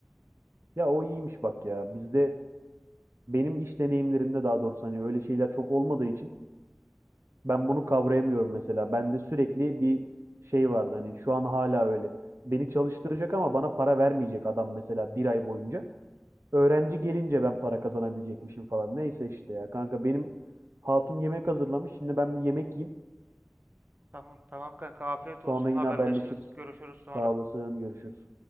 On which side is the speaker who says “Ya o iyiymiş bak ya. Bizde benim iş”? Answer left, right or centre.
Right